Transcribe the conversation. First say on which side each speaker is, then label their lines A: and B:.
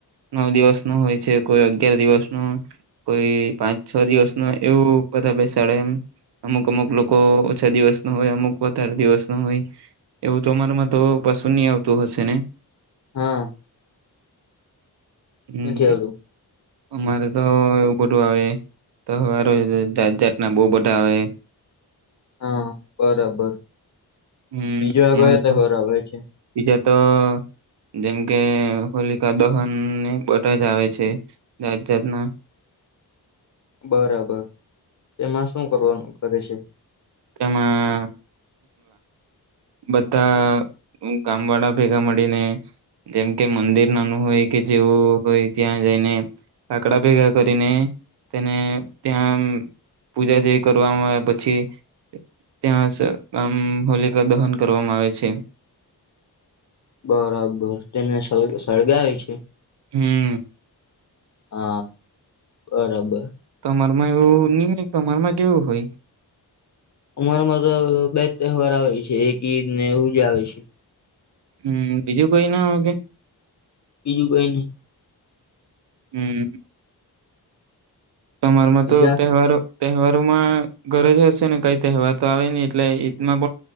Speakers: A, on the right; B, on the left.
A: નવ દિવસ નો હોય છે કોઈ અગિયાર દિવસ નો કોઈ પાંચ છ દિવસ ન એવું બધા બેસાડે એમ અમુક અમુક લોકો ઓછા દિવસ. હોય અમુક વધારે દિવસ ન હોય એવું તો અરામાં તો પશુ નહી આવતું હશે ને.
B: હા.
A: હમ
B: નથી આવવડું.
A: અમારે તો એવું બધું આવે તહેવારો જાત જાતના બહુ બધા આવે.
B: હા, બરાબર
A: હમ,
B: બીજો કયા
A: અરે તો
B: તહેવાર આવે છે
A: બીજા તો જેમ કે હોલી દહન ને બધા જ આવે છે, જાત જાતના
B: બરાબર તેમાં શું કરવાનું કરે છે
A: તેમાં બધા ગામ વાળા ભેગા મળીને જેમ કે મંદિર નાનું હોય કે જેવું હોય ત્યાં જઈને લાકડા ભેગા કરીને તેને ત્યાં પૂજા જેવી કરવામાં આવે પછી, ત્યાં આમ હોલિકા દહન કરવામાં આવે છે
B: બરાબર તેને સ સળગાવે છે
A: હમ
B: હા બરાબર
A: અમાર એવું ન ની હોય તો તમારમાં કેવું હોય
B: અમારામાં તો બે જ તહેવાર આવે છે એક ઈદ ને એવું જ આવે છે
A: હમ, બીજું કોઈ ના હોગે <unintelligible>
B: બીજું કઈ નહી
A: હમ તમારમાં
B: બીજા
A: તો તહેવારો તહેવારોમાં ઘરે જ હશે ને કઈ તહેવાર તો આવે નહી એટલે <unintelligible> ઈતમાં